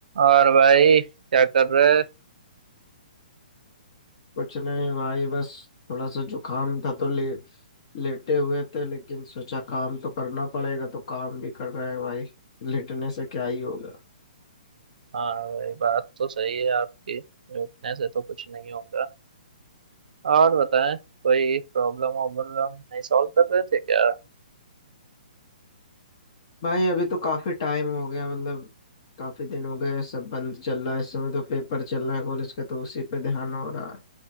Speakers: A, on the right; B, on the left.
A: और भाई क्या कर रहे
B: कुछ नहीं भाई बस थोड़ा सा जुकाम था तो ले लेटे हुए थे लेकिन सोचा काम तो करना पड़ेगा तो काम भी कर रहे हैं भाई लेटने से क्या ही होगा
A: हाँ भाई बात तो सही है आपकी रुकने से तो कुछ नहीं होगा और बताएं कोई प्रॉब्लम वॉब्लम नहीं सॉल्व कर रहे थे क्या
B: भाई अभी तो काफी टाइम हो गया मतलब काफी दिन हो गए सब बंद चल रहा है इस समय तो पेपर चल रहे हैं कॉलेज के तो उसी पे ध्यान हो रहा है